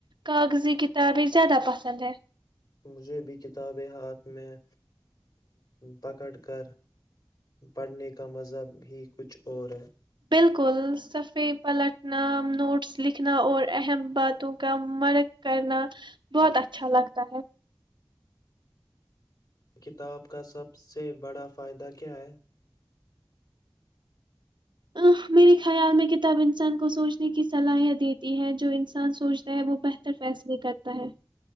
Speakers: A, on the right; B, on the left.
A: کاغذی کتابیں زیادہ پسند ہے
B: مجھے بھی کتابیں ہاتھ میں پکڑ کر پڑھنے کا مذہ ہی کچھ اور
A: بالکل صفے پلٹنا نوٹس لکھنا اور اہم باتوں کا مرک کرنا بہت اچھا اچھا لگتا ہے
B: یہ کتاب کا سب سے بڑا فائدہ کیا ہے؟
A: ا میرے خیال میں کتاب انسان کو سوچنے کی صلاحیت دیتی ہے جو انسان سوچ ہے وہ بہتر فیصلے کر تا ہے